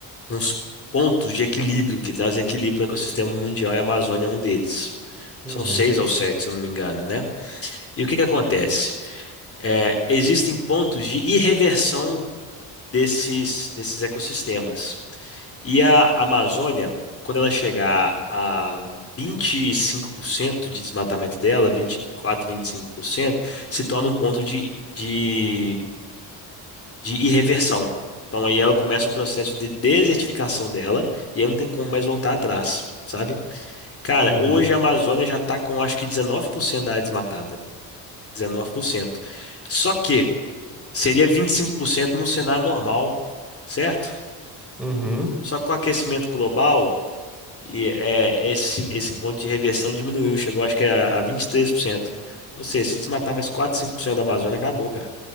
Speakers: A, on the left; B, in the centre.
A: uns pontos de equilíbrio que trazem equilíbrio para o ecossistema mundial e a Amazônia é um deles.
B: uhum,
A: São seis ou sete, se eu não me engano, né? E o que que acontece? É, existem pontos de irreversão desses, desses ecossistemas. E a Amazônia, quando ela chegar a 25% de desmatamento dela, vinte, vinte quatro, por cento, vinte e cinco por cento, se torna um ponto de, de, de irreversão. Então aí ela começa o processo de desertificação dela e aí não tem como mais voltar atrás, sabe? Cara,
B: uhum,
A: hoje a Amazônia já está com acho que 19% da área desmatada. dezenove por cento. Só que Seria 25% no cenário normal, certo?
B: uhum.
A: Só que com o aquecimento global, e, é, esse, esse ponto de reversão diminuiu, chegou acho que a, a 23%. Ou seja, se desmatar mais quatro cinco por cento da Amazônia, acabou, cara.